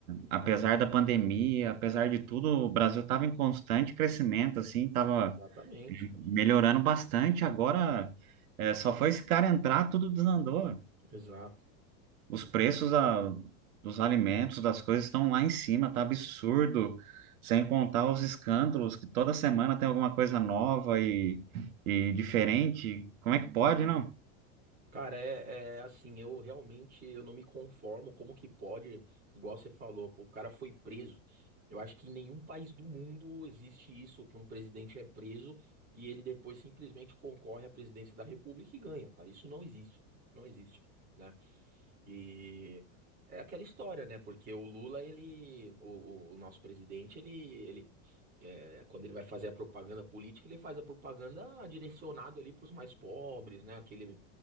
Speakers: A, on the right (about 75°); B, on the right (about 20°).
A: apesar da pandemia, apesar de tudo, o Brasil estava em constante crescimento, assim, estava
B: exatamente, cara.
A: melhorando bastante. Agora, é, só foi esse cara entrar, tudo desandou.
B: Exato.
A: Os preços da- dos alimentos, das coisas estão lá em cima, tá absurdo. Sem contar os escândalos, que toda semana tem alguma coisa nova e, e diferente. Como é que pode, não?
B: Cara, é, é assim, eu realmente eu não me conformo como que pode, igual você falou, pô, o cara foi preso. Eu acho que em nenhum país do mundo existe isso, que um presidente é preso e ele depois simplesmente concorre à presidência da República e ganha, cara. Isso não existe. Isso não existe, né? E é aquela história, né? Porque o Lula, ele, o, o- o nosso presidente, ele, ele é, quando ele vai fazer a propaganda política, ele faz a propaganda direcionado ali para os mais pobres, né? Aquele,